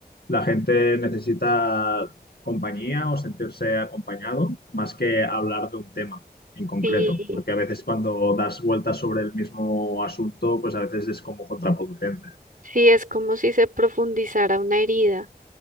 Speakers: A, on the left; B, on the right.
A: la gente necesita compañía o sentirse acompañado más que hablar de un tema. en concreto,
B: Sí,
A: porque a veces cuando das vueltas sobre el mismo asunto, pues a veces es como contraproducente.
B: sí, es como si se profundizara una herida.